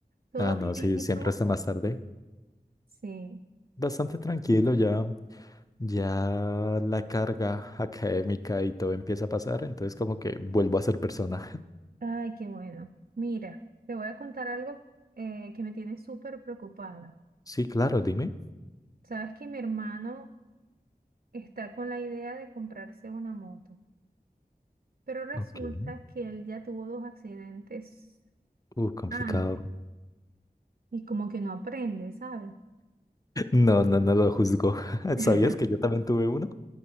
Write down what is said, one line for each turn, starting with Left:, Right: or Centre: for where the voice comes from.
Right: ¿Todo
Left: Ah, no,
Right: bien?
Left: sí,
Right: ¿Y
Left: siempre
Right: tú?
Left: está más tarde.
Right: Sí.
Left: Bastante tranquilo ya. Ya la carga académica y todo empieza a pasar, entonces como que vuelvo a ser persona.
Right: Ay, qué bueno. Mira, te voy a contar algo eh, que me tiene súper preocupada.
Left: Sí, claro, dime.
Right: Sabes que mi hermano está con la idea de comprarse una moto, pero resulta
Left: Ok.
Right: que él ya tuvo dos accidentes
Left: Uh, complicado.
Right: antes y como que no aprende, ¿sabes?
Left: <laughs> No, no, no lo juzgo. <laughs>
Right: <laughs>
Left: ¿Sabías que yo también tuve uno?